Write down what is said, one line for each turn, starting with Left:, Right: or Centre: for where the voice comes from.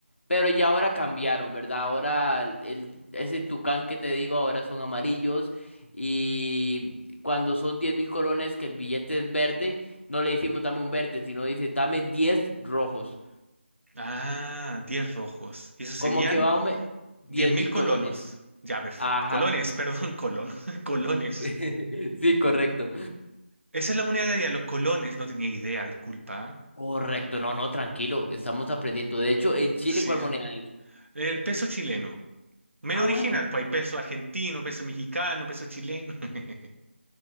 Left: Pero ya ahora cambiaron, ¿verdad? Ahora el, el- ese tucán que te digo ahora son amarillos y cuando son diez mil colones que el billete es verde, no le decimos dame un verde, sino dice dame 10 rojos.
Right: Ah, 10 rojos. ¿Y esos serían?
Left: Como que va a aume- 10
Right: diez mil
Left: mil colones.
Right: colonos. Ya, perfecto.
Left: Ajá,
Right: Colones, perdón, colonos. <laughs> Colones.
Left: <laughs> sí, correcto.
Right: Esa es la moneda de allá, los colones. No tenía idea, disculpa.
Left: Correcto, no, no, tranquilo, estamos aprendiendo. De hecho, en Chile,
Right: Sí.
Left: ¿cuál moneda es?
Right: El peso chileno. Menos
Left: Ah,
Right: original,
Left: bueno.
Right: pues hay peso argentino, peso mexicano, peso chileno. <laughs>